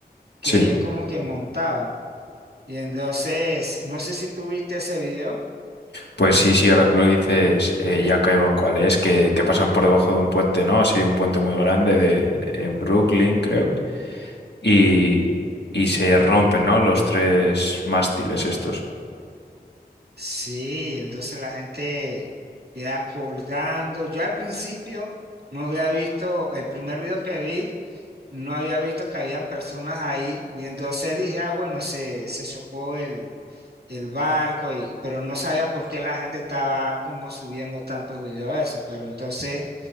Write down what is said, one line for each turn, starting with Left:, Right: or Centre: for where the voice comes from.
Right: que
Left: sí,
Right: ellos como que montaban. Y entonces, no sé si tú viste ese video.
Left: pues sí, sí, ahora que lo dices, eh, ya caigo en cuál es, que, que pasan por debajo de un puente, ¿no? Así, un puente muy grande de, en Brooklyn, creo, y, y se rompen, ¿no? Los tres mástiles estos.
Right: Sí, entonces la gente queda colgando. Yo al principio no había visto, el primer video que vi, no había visto que habían personas ahí y entonces dije, ah, bueno, se, se chocó el, el barco, y, pero no sabía por qué la gente estaba como subiendo tantos videos de eso, pero entonces